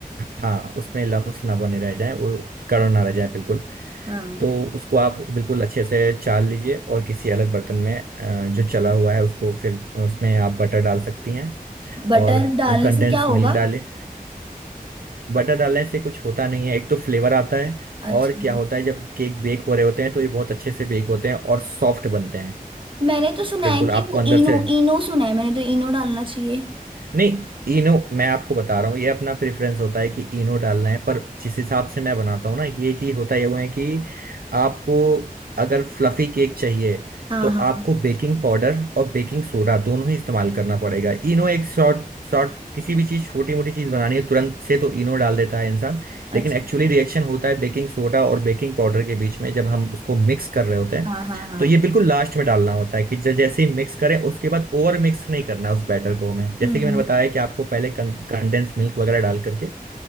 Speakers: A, on the right (about 75°); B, on the right (about 35°).
A: हाँ उसमें लम्स ना बने रह जाए वो कड़क ना रह जाए बिल्कुल
B: हाँ
A: तो उसको आप बिल्कुल अच्छे से चाल लीजिए और किसी अलग बर्तन में अ, जो चला हुआ है उसको फिर उसमें आप बटर डाल सकती हैं
B: बटर
A: और
B: डालने
A: कंडेंस
B: से क्या होगा
A: मिल्क डालें बटर डालने से कुछ होता नहीं है एक तो फ्लेवर आता है
B: अच्छा
A: और क्या होता है जब केक बेक हो रहे होते हैं तो ये बहुत अच्छे से बेक होते हैं और सॉफ्ट बनते हैं
B: मैंने तो सुना
A: बिल्कुल
B: है कि
A: आपको
B: वो
A: अंदर
B: इनो
A: से
B: इनो सुना है मैंने तो इनो डालना चाहिए
A: नहीं इनो मैं आपको बता रहा हूँ ये अपना प्रेफरेंस होता है कि इनो डालना है पर जिस हिसाब से मैं बनाता हूँ ना ये कि होता ये हुआ है कि आपको अगर फ्लफी केक चाहिए
B: हाँ
A: तो
B: हाँ
A: आपको बेकिंग पाउडर और बेकिंग सोडा दोनों ही इस्तेमाल करना पड़ेगा इनो एक शॉर्ट शॉर्ट किसी भी चीज़ छोटी मोटी चीज़ बनानी है तुरंत से तो इनो डाल देता है इंसान लेकिन
B: अच्छा
A: एक्चुअली रिएक्शन होता है बेकिंग सोडा और बेकिंग पाउडर के बीच में जब हम उसको मिक्स कर रहे होते हैं
B: हाँ हाँ हाँ
A: तो ये बिल्कुल लास्ट में डालना होता है कि ज- जैसे ही मिक्स करें उसके बाद ओवर मिक्स नहीं करना उस बैटर को हमें जैसे
B: हम्म
A: कि मैंने बताया कि आपको पहले कंडेंस मिल्क वगैरह डाल करके